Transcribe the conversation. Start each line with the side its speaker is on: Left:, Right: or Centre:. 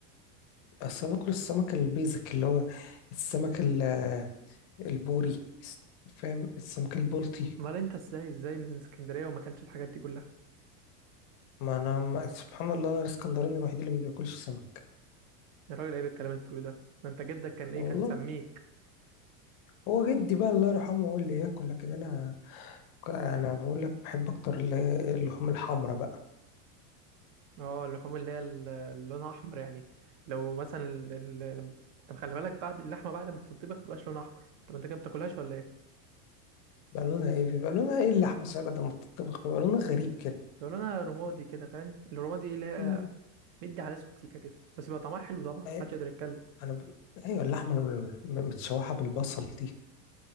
Left: اصل أنا باكل السمك البيزك اللي هو السمك ال- البوري الس- فاهم السمك البلطي
Right: امال انت ازاي ازاي من اسكندريه وما اكلتش الحاجات دي كلها
Left: ما انا ما... سبحان الله انا الاسكندراني الوحيد اللي ما بياكلش سمك
Right: يا راجل عيب الكلام اللي بتقوله ده ده انت جدك كان ايه
Left: والله
Right: كان سميك
Left: هو جدي بقى الله يرحمه هو اللي ياكل لكن انا انا بقول لك بحب اكتر ال- اللحوم الحمراء بقى
Right: اه اللحوم اللي هي ال- اللي لونها احمر يعني لو مثلا ال... ال... لم- طب خلي بالك بعد اللحمه بعد ما بتطبخ مبقاش لونها احمر طب انت كده بتاكلهاش ولا ايه
Left: بقى لونها ايه بيبقى لونها ايه اللحمه صحيح بعد ما بتطبخ بيبقى لونها غريب كده
Right: بيبقى لونها رمادي كده فاهم الرمادي اللي هي
Left: مم.
Right: مدي على اسود سيكه كده بس بيبقى طعمها حلو طبعا
Left: إيه
Right: محدش يقدر يتكلم
Left: انا ب... ايوه اللحمه الم- متشوحه بالبصل دي